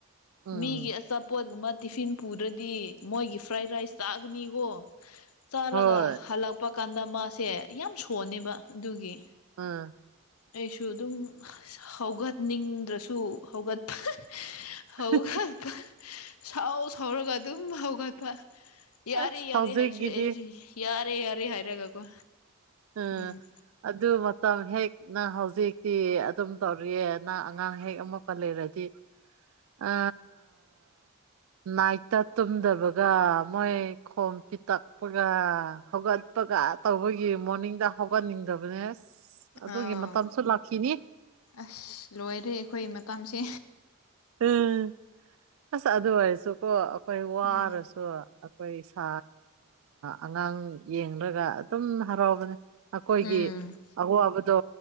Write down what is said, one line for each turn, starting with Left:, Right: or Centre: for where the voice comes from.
Right: ꯎꯝ
Left: ꯃꯤꯒꯤ ꯑꯆꯥꯄꯣꯠꯒꯨꯝꯕ ꯇꯤꯐꯤꯟ ꯄꯨꯗ꯭ꯔꯗꯤ ꯃꯣꯏꯒꯤ ꯐ꯭ꯔꯥꯏꯗ ꯔꯥꯏꯁ ꯆꯥꯒꯅꯤꯀꯣ ꯆꯥꯂꯒ
Right: ꯍꯣꯏ
Left: ꯍꯜꯂꯛꯄ ꯀꯥꯟꯗ ꯃꯥꯁꯦ ꯌꯥꯝ ꯁꯣꯟꯅꯦꯕ ꯑꯗꯨꯒꯤ
Right: ꯑꯥ
Left: ꯑꯩꯁꯨ ꯑꯗꯨꯝ ꯍꯧꯒꯠꯅꯤꯡꯗ꯭ꯔꯁꯨ ꯍꯧꯒꯠꯄ
Right: <unintelligible>
Left: ꯍꯧꯒꯠꯄ ꯁꯥꯎ ꯁꯥꯎꯔꯒ ꯑꯗꯨꯝ ꯍꯧꯥꯎꯒꯠꯄ ꯌꯥꯔ
Right: ꯑꯁ
Left: ꯌꯥꯔ
Right: ꯍꯧꯖꯤꯛꯀꯤꯗꯤ
Left: ꯍꯥꯏꯁꯨ ꯑꯩꯁꯨ ꯌꯥꯔꯦ ꯌꯥꯔꯦ ꯍꯥꯏꯔꯒꯀꯣ
Right: ꯎ
Left: ꯎꯝ
Right: ꯑꯗꯨ ꯃ ꯍꯦ ꯍ ꯅ ꯍꯧꯖꯤꯛꯇꯤ ꯑꯗꯨꯝ ꯇꯧꯔꯤꯑꯦ ꯅꯪ ꯑꯉꯥꯡ ꯍꯦꯛ ꯑꯃꯨꯛꯀ ꯂꯩꯔꯗꯤ ꯑ ꯅꯥꯏꯠꯇ ꯇꯨꯝꯗꯕꯒ ꯃꯣꯏ ꯈꯣꯝ ꯄꯤꯛꯇꯛꯄꯒ ꯍꯧꯒꯠꯄ ꯇꯧꯕꯒꯤ ꯃꯣꯔꯅꯤꯡꯗ ꯍꯧꯒꯠꯅꯤꯡꯗꯕꯅꯦ ꯑꯗꯨꯒꯤ
Left: ꯑꯥ
Right: ꯃꯇꯝꯁꯨ ꯂꯥꯛꯈꯤꯅꯤ
Left: ꯑꯁ ꯂꯣꯏꯔꯦ ꯑꯩꯈꯣꯏ ꯃꯇꯝꯁꯦ
Right: ꯎꯝ ꯑꯁ ꯑꯗꯨ ꯑꯣꯏꯁꯨꯀꯣ ꯑꯩꯈꯣꯏ ꯋꯥꯔꯁꯨ
Left: ꯎꯝ
Right: ꯑꯩꯈꯣꯏ ꯏꯁꯥ ꯑꯉꯥꯡ ꯌꯦꯡꯂꯒ ꯑꯗꯨꯝ ꯍꯔꯥꯎꯕꯅꯦ ꯑꯩꯈꯣꯏꯒꯤ
Left: ꯎꯝ
Right: ꯑꯋꯥꯕꯗꯣ